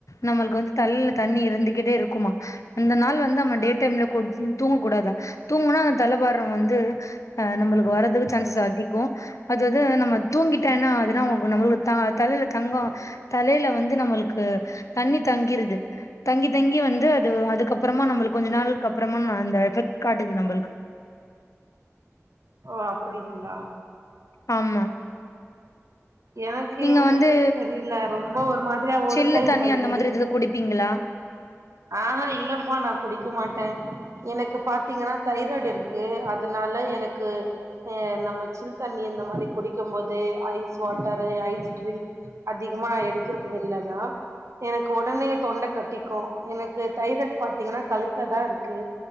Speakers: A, on the left; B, on the right.
A: நம்மள்க்கு வந்து தல்ல தண்ணி இருந்துகிட்டே இருக்குமா அந்த நாள் வந்து நம்ம டே டைம்ல தூங்க கூடாதா தூங்குனா அந்த தலைபாரம் வந்து ஆ நம்மளுக்கு வரறதுக்கு சான்சஸ் அதிகோ அதாவது நம்ம தூங்கிட்டேனா அதுனா நம்மளுக்கு தா தலைல தங்கோ தலையில வந்து நம்மளுக்கு தண்ணி தங்கிருது தங்கி தங்கி வந்து அது அதுக்கப்பறமா நம்மளுக்கு கொஞ்ச நாளுக்கு அப்புறமா அந்த எஃபக்ட் காட்டுது நம்மளுக்கு
B: ஓ அப்படிங்ளா
A: ஆமா
B: எனக்கு
A: நீங்க
B: என்னான்னே
A: வந்து
B: தெரியில ரொம்ப ஒரு மாதிரியா ஒரு
A: சில்லு
B: சைடு
A: தண்ணி
B: வலிக்குது
A: அந்த மாதிரி எதோ குடிப்பீங்களா
B: ஆ ஹா இல்லப்பா நா குடிக்க மாட்டே எனக்கு பாத்தீங்கன்னா தைராய்டு இருக்கு அதனால எனக்கு அ நம்ம சில் தண்ணி இந்த மாறி குடிக்கும் போது ஐஸ் ஸ்வாட்டரு ஐஸ் ட்ரிங்க் அதிகமா எடுக்கறது இல்ல நா எனக்கு உடனே தொண்டை கட்டிக்கும் எனக்கு தைராய்ட் பாத்தீங்கன்னா கழுத்துல தா இருக்கு